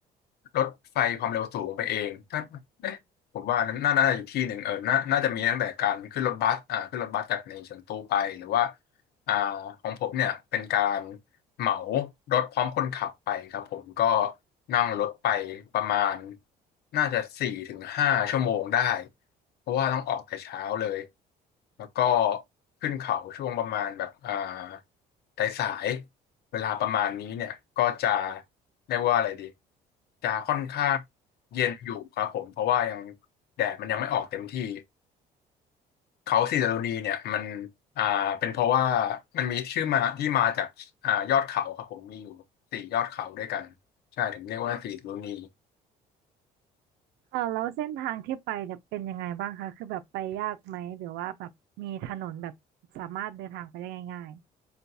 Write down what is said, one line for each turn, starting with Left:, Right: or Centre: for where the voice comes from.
Left: รถไฟความเร็วสูงไปเองถ้าเอ๊ะผมว่านั้นน่าน่าจะอีกที่หนึ่งเออน่าน่าจะมีตั้งแต่การขึ้นรถบัสอ่าขึ้นรถบัสจากในเฉิงตูไปหรือว่าอ่าของผมเนี่ยเป็นการ เหมารถพร้อมคนขับไปครับผมก็นั่งรถไปประมาณน่าจะสี่ถึงห้าชั่วโมงได้เพราะว่าต้องออกแต่เช้าเลยแล้วก็ขึ้นเขาช่วงประมาณแบบอ่าสายสายเวลาประมาณนี้เนี่ยก็จะเรียกว่าอะไรดีจะค่อนข้างเย็นอยู่ครับผมเพราะว่ายังแดดมันยังไม่ออกเต็มที่ เขาสีดารุณีเนี่ยมันอ่าเป็นเพราะว่ามันมีชื่อมาที่มาจากอ่ายอดเขาครับผมมีอยู่สี่ยอดเขาด้วยกันใช่ถึงเรียกว่าสีดารุณี
Right: อ่าแล้วเส้นทางที่ไปเนี่ยเป็นยังไงบ้างคะคือแบบไปยากไหมหรือว่าแบบมีถนนแบบสามารถเดินทางไปได้ง่าย